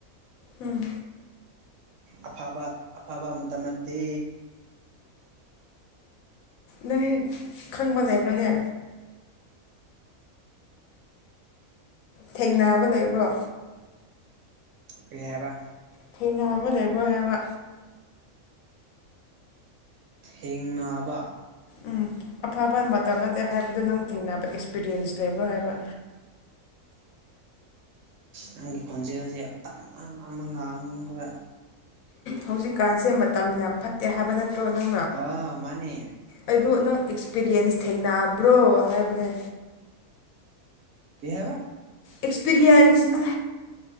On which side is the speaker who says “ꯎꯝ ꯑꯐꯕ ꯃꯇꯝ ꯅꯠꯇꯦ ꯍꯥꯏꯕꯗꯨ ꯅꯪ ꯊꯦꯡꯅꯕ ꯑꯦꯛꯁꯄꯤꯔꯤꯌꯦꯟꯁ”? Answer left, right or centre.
Left